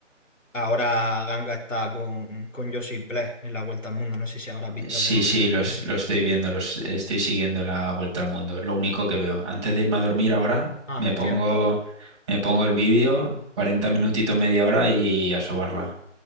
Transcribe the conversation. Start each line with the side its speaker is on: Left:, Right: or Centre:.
Left: Ahora Ganga está con, con Josip Bless en la Vuelta al Mundo. No sé si habrás visto
Right: Sí,
Left: algunos
Right: sí,
Left: vídeos
Right: los,
Left: de él.
Right: los estoy viendo, los estoy siguiendo la vuelta al mundo. Lo único que veo. Antes de irme a dormir ahora,
Left: Ah,
Right: me
Left: hostia.
Right: pongo, me pongo el vídeo, 40 minutitos, media hora y a sobarla.